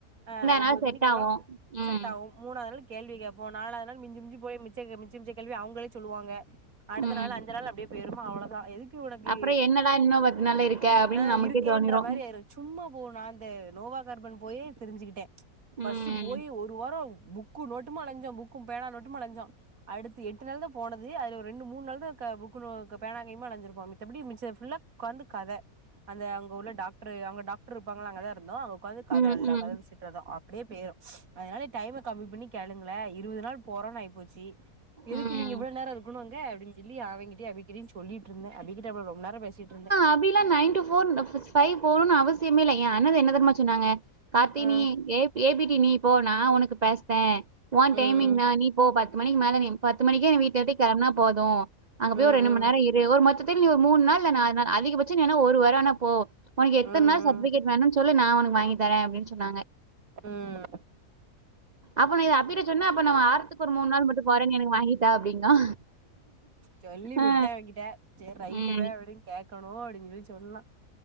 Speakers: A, on the right; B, on the right.
A: அ ஒம்பது
B: நாள் செட்
A: மணிக்கு போறோ
B: ஆகும்.
A: செட்
B: ம்.
A: ஆவு மூணாவது நாள் கேள்வி கேப்போ நாலாவது நாள் மிஞ்சி மிஞ்சி போய் மிச்ச மிச்ச மிச்ச கேள்வியே அவங்களே சொல்லுவாங்க அடுத்த
B: ம்.
A: நாள் அஞ்சு நாள் அப்டியே போயிருமா அவ்ளோதா எதுக் கு உனக்கு
B: அப்புறம் என்னடா இன்னும் நாள் இருக்க அப்படின்னு
A: ஆஹ்
B: நமக்கே
A: இருக்கேன்ற
B: தோணிரும்.
A: மாரி ஆயிரு சும்மா போவு நா இந்த நோவா கார்பன் போயே தெரிஞ்சுக்கிட்டே பர்ஸ்ட்டு
B: ம்.
A: போய் ஒரு வாரோ புக்கு நோட்டுமா அலஞ்சோ புக்கு பேனா நோட்டுமா அலஞ்சோ அடுத்து எட்டு நாள் தா போனது அதுல ரெண்டு மூன் நாள் தா கா புக்கு நோ பேனா கைம்மா அலஞ்சிருப்போ மித்தபடி மிச்ச ஃபுல்லா உக்காந்து கத அந்த அங்க உள்ள டாக்டரு அவங்க டாக்டரு இருப்பாங்கள அங்கதா இருந்தோ உக்காந்து கத
B: ம்.
A: நல்லா
B: ம்.
A: கத பேசிட் அப்டியே போயிரு அதனால டைம கம்மி பண்ணி கேளுங்ளே இருபது நாள் போறோன்னு ஆயிப்போச்சு எதுக்கு
B: ம்.
A: நீங்க இவ்ளோ நேரோ இருக்கனு அங்க அப்படின் சொல்லி அவங்கிட்டே அபிக்கிட்டயு சொல்லிட் இருந்தே அபி கிட்ட அப்ரோ ரொம்ப நேரோ பேசிட்ருந்தே
B: அபிலா நைன் டு ஃபோர் தஸ் ஃபைவ் போனு அவசியமே இல்ல என் அண்ணன்ன என்ன தெரிமா சொன்னாங்க கார்த்தி
A: ஆ
B: நீ ஏ ஏ பி டி நீ இ போ நா உனக்கு பேசறேன் ஒன்
A: ம் ம்
B: டைமிங் நா நீ போ பத்து மணிக்கு மேல நீ பத்து மணிக்கே நீ வீட்ட விட்டு கெளம்புனா போது அங்க போய்
A: ம்
B: ஒரு ரெண்டு
A: ம்
B: மண் நேரோ இரு ஒரு மொத்தத்துல நீ ஒரு மூண் நாள் இல்ல நாலு நாள் அதிகபட்சோ நீ வேணா ஒரு வாரோ வேணா போ உனக்கு எத்தன
A: ம்
B: நாள்
A: ம்
B: சர்ட்பிகேட் வேணுன்னு சொல்லு நா உனக்கு வாங்கி தரேன் அப்டின்னு சொன்னாங்க
A: ம்
B: அப்ப நா இத அபிட்ட சொன்னா அப்ப நா வாரத்துக்கு ஒரு மூண் நாள் மட்டு போறேன்னு எனக்கு வாங்கி தா அப்படிங்கான்.
A: சொல்லி விட்டேன்
B: ஆ.
A: அவன்கிட்ட சேரி ரைட்டுவேன்
B: ம்.
A: அப்டின்னு கே இருக்கணு அப்டின்னு சொல்லி சொன்னான்